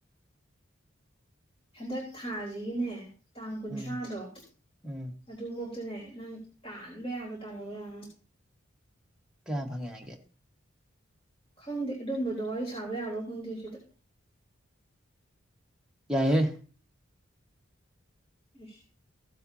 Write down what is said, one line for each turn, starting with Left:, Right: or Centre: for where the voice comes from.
Left: ꯍꯟꯗꯛ ꯊꯥꯁꯤꯒꯤꯅꯦ ꯇꯥꯡ ꯀꯨꯟꯊ꯭ꯔꯥꯗꯣ
Centre: ꯎꯝ ꯎꯝ
Left: ꯑꯗꯨꯐꯧꯇꯅꯦ ꯅꯪ ꯇꯥꯟꯕ ꯌꯥꯕ ꯇꯥꯜꯍꯧ ꯌꯥ
Centre: ꯀꯌꯥꯕ ꯍꯪꯉꯦ ꯍꯥꯏꯒꯦ
Left: ꯈꯪꯗꯦ ꯑꯗꯨꯝꯕꯗꯣ ꯋꯥꯔꯤ ꯁꯥꯕ ꯌꯥꯕ꯭ꯔꯣ ꯈꯪꯗꯦ ꯁꯤꯗ
Centre: ꯌꯥꯏꯦ
Left: ꯎꯁ